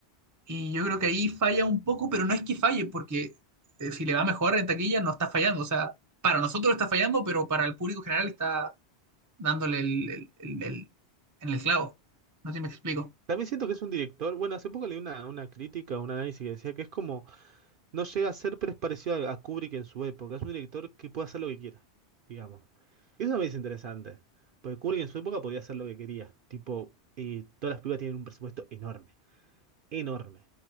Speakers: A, on the right; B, on the right.
A: y yo creo que ahí falla un poco, pero no es que falle, porque eh, si le va mejor en taquilla, no está fallando. O sea, para nosotros está fallando, pero para el público general está dándole el, el- el- el- en el clavo. No sé si me explico.
B: También siento que es un director, bueno, hace poco leí una, una crítica, un análisis que decía que es como, no llega a ser, pero es parecido a, a Kubrick en su época, es un director que puede hacer lo que quiera, digamos. Y eso me es interesante, porque Kubrick en su época podía hacer lo que quería, tipo, eh, todas las películas tienen un presupuesto enorme, enorme,